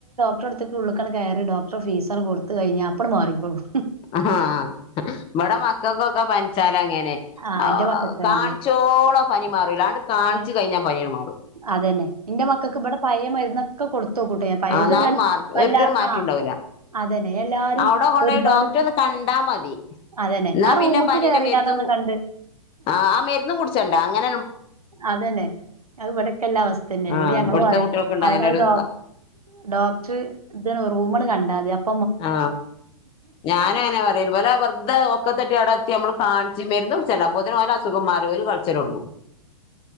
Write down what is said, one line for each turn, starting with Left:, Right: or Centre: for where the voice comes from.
Right: ഡേക്ടറെട്ത്ത്ക്ക് ഉള്ള്ക്ക് ആണ്ട് കേറി ഡോക്ടറെ ഫീസാണ്ട് കൊടട് ത്ത് കഴിഞ്ഞാ അപ്പങ്ങട് മാറിക്കോളും.
Left: ആ ഇബടെ മക്കക്കൊക്കെ പൻ ച്ചാല് അങ്ങനെ
Right: ആ
Left: ആഹ്
Right: എന്റെ മക്കൾക്ക് അങ്ങനെ
Left: കാണിച്ചോളം പനി മാറൂല അ കാണിച്ച്
Right: ആ
Left: കഴിഞ്ഞാ പനിഅങ്ങട് മാറും.
Right: അതന്നെ എന്റെ മക്കൾക്ക് ഇവിടെ പഴയ മരുന്നൊക്കെ കൊടുത്തു നോക്കൂട്ടോ ഞാൻ പഴയത്
Left: ആ എന്നാലും
Right: പറയാന്
Left: മാർ
Right: വല്ലാതെ
Left: ഒരു മാറ്റോണ്ടാവൂല.
Right: ആ അതന്നെ എല്ലാരും
Left: അവിടെ കൊണ്ട്
Right: ഒരുപാട്
Left: പോയി ഡോക്ടറെ ഒന്ന് കണ്ടാ മതി.
Right: അതന്നെ
Left: എന്നാ
Right: ആ റൂമ്ക്ക്
Left: പിന്നെ പനിന്റെ
Right: കേറിങ്ങാണ്ടൊന്ന്
Left: മെര്ന്നു,
Right: കണ്ട്
Left: ആഹ് ആ മെര്ന്നും കുടിച്ചണ്ട. അങ്ങനെ
Right: അതന്നെ. അത് ഇവിടെക്കെല്ലാ അവസ്ഥന്നെയാണ്.
Left: ആ
Right: എന്നിട്ട് ഞങ്ങള്
Left: ഇവിടുത്തെ
Right: പറയും
Left: കുട്ടികൾക്കുണ്ട് അങ്ങനെ
Right: അത്
Left: ഒരു
Right: ഡോക് ഡോക്ടറ് ഇത് റൂമങ്ങട് കണ്ടാ മതി. അപ്
Left: ആ ഞാനങ്ങനാ പറയല്. ഇവരെ വെറ്തെ ഒക്കത്തെ ത്തി ആടെ എത്തി നമ്മള് കാണിച്ച് മെര്ന്ന് കുടിച്ചേരാ <unintelligible> അസുഖം മാറി ഓര് കരച്ചില് തൊടങ്ങും.